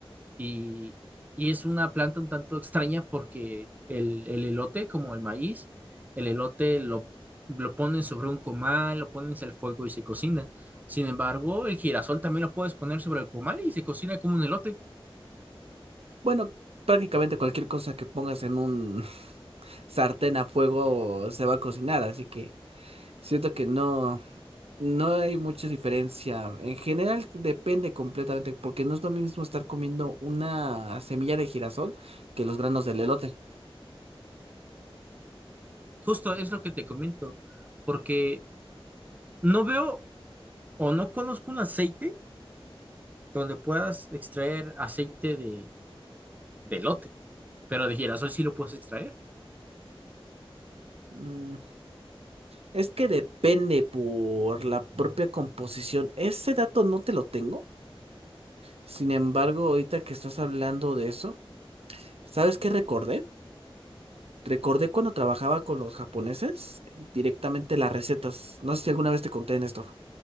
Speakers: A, on the right; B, on the right.
A: y, y es una planta un tanto extraña porque el, el elote, como el maíz, el elote lo, lo ponen sobre un comal, lo pones al fuego y se cocina. Sin embargo, el girasol también lo puedes poner sobre el comal y se cocina como un elote.
B: Bueno, prácticamente cualquier cosa que pongas en un <laughs> sartén a fuego se va a cocinar, así que siento que no. No hay mucha diferencia. En general depende completamente, porque no es lo mismo estar comiendo una semilla de girasol que los granos del elote.
A: Justo es lo que te comento, porque no veo o no conozco un aceite donde puedas extraer aceite de, de elote, pero de girasol sí lo puedes extraer.
B: Mm, es que depende por la propia composición. Ese dato no te lo tengo. Sin embargo, ahorita que estás hablando de eso, ¿sabes qué recordé? Recordé cuando trabajaba con los japoneses directamente las recetas. No sé si alguna vez te conté, Néstor.